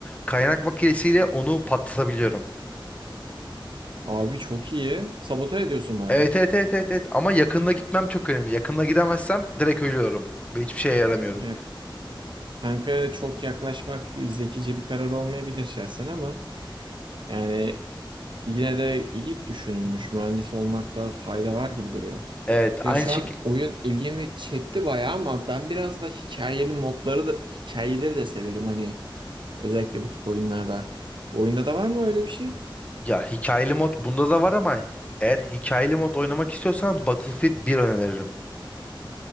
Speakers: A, on the left; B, on the right.
A: Kaynak makinesiyle onu patlatabiliyorum.
B: Abi çok iyi. Sabote ediyorsun baya.
A: Evet, evet evet evet evet ama yakında gitmem çok önemli. Yakında gidemezsem direkt ölüyorum ve hiçbir şeye yaramıyorum.
B: Yani tanka çok yaklaşmak zekice bir karar olmayabilir şahsen ama yani yine de iyi düşünülmüş. Mühendis olmakta fayda var gibi duruyor.
A: Evet
B: Ya
A: aynı
B: şu
A: şekil
B: an oyun ilgimi çekti bayağı ama ben biraz da hikayeli modları da hikayeleri de severim hani özellikle bu tip oyunlarda. Bu oyunda da var mı öyle bir şey?
A: ya hikayeli mod bunda da var ama eğer hikayeli mod oynamak istiyorsan Battlefield bir öneririm.